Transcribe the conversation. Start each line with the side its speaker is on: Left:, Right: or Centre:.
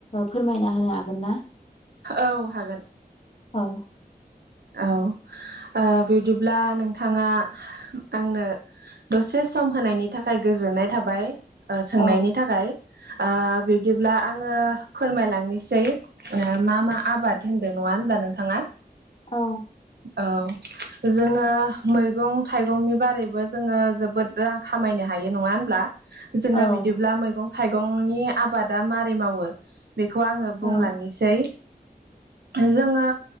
Left: फोरमायना होनो हागोन ना
Right: औ हागोन
Left: औ
Right: औ बिदिब्ला नोंथाङा आंनो दसे सम होनायनि थाखाय गोजोननाय थाबाय ओ सोंनायनि
Left: औ
Right: थाखाय ओ बिब्दिब्ला आङो फोरमायलांनोसै मा मा आबाद होनदों नङा होनब्ला नोंथाङा?
Left: औ
Right: औ <unintelligible> जोङो मैगं थाइगंनि बारैबो जोङो जोबोद रां खामायनो हायो नङा होनब्ला? जोङो
Left: औ
Right: बिदिब्ला मैगं थाइगंनि आबादा मारै मावो? बेखौ आङो बुंलांनोसै
Left: औ
Right: जोङो